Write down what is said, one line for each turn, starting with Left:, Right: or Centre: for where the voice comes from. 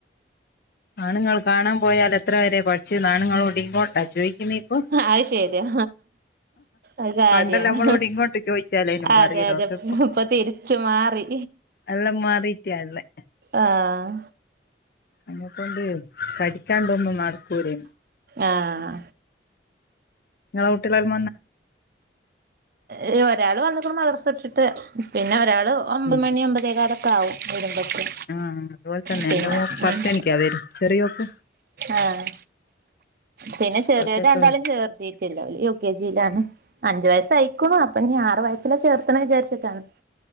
Left: ആണ്ങ്ങൾ കാണാം പോയാലഎത്ര വരെ പട്ച്ച്ന്നാണ്ങ്ങളോടിങ്ങോട്ടാ ചോയിക്ക്ന്നിപ്പൊ
Right: ആയ്ശെരിയാ അഅ് കാര്യാണ്
Left: പണ്ടല്ല നമ്മളോട് ഇങ്ങോട്ട് ചോദിച്ചാലേനും
Right: അതെ
Left: പറയലോ
Right: അതെ
Left: ഒക്കെ
Right: ഇപ്പ് ഇപ്പൊ തിരി ച്ച് മാറീ
Left: എല്ലം മാറീറ്റ്യാള്ളേ
Right: ആഹ്
Left: അമ്മെക്കൊണ്ട് കടിക്കാള്ളാെന്നും നടക്കൂലേ
Right: ആഹ്
Left: ഇങ്ങളെ കുട്ട്യള് <unintelligible>
Right: ഏ് ഒരാള് വന്ന്കുണു മദ്രസുട്ട്ട്ട് പിന്നെ ഒരാള് ഒമ്പമണി
Left: ഉം
Right: ഒമ്പത് തേകാലൊക്കാവും വരുമ്പക്ക്
Left: ആഹ് അതുപോലെ തന്നെ
Right: ട്ടില്ല
Left: എന്റെ മോക്ക് പത്തണിക്കാ
Right: ഉം
Left: വരും ചെറിയോക്ക്
Right: ആഹ് പിന്നെ ചെറിയെത്
Left: ഇപ്പഴത്തേക്ക്
Right: രണ്ടാളീം
Left: വരും
Right: ചേർത്തി ട്ടില്ല ഓല് യു കെ ജിലാണ് അഞ്ച് വയസ്സ് അയ്ക്കുണു അപ്പെഞ്ഞ് ആറ് വയസ്സിലാ ചേർത്തണം വിചാര്ച്ച്ട്ടാണ്